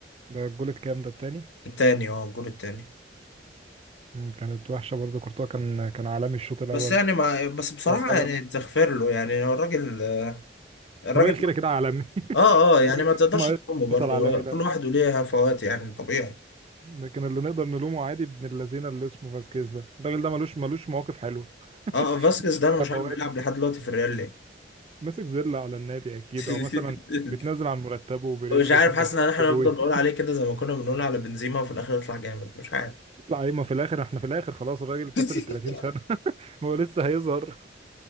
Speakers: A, on the right (about 35°); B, on the left (about 85°).
A: ده الجول الكام ده التاني
B: التاني اه الجول التاني
A: مم، كانت وحشه برضه كورتوا كان كان عالمي الشوط الاول
B: بس يعني ما بس بصراحة
A: بار حلو
B: يعني تغفر له يعني هو الراجل الراجل
A: الراجل كده كده عالمي <laughs>
B: اه اه يعني
A: الراجل
B: ما
A: ده
B: تقدرش
A: مهما
B: تلومه برضه
A: يفضل عالمي
B: كل
A: لا لا
B: واحد وليه هفوات يعني طبيعي
A: لكن اللي نقدر نلومه عادي ابن اللذينه اللي اسمه فاسكيز ده الراجل ده ملوش ملوش مواقف حلوه <laughs>
B: اه آه، فاسكيز
A: مش
B: ده انا
A: ليها
B: مش عارف
A: فوات
B: بيلعب لحد دلوقتي في الريال ليه
A: ماسك زله على النادي اكيد
B: <laughs>
A: او مثلا بتنزل عن مرتبه وبيريز
B: مش
A: بيحب
B: عارف حاسس
A: الحاجات
B: ان احنا
A: دي قوي
B: نفضل
A: <laughs>
B: نقول عليه كده زي ما كنا بنقول على بنزيما وفي الاخر يطلع جامد مش عارف
A: يطلع ايه ما في الاخر احنا في الاخر خلاص الراجل كسر
B: <laughs>
A: ال 30 سنه <laughs> هو لسه هيظهر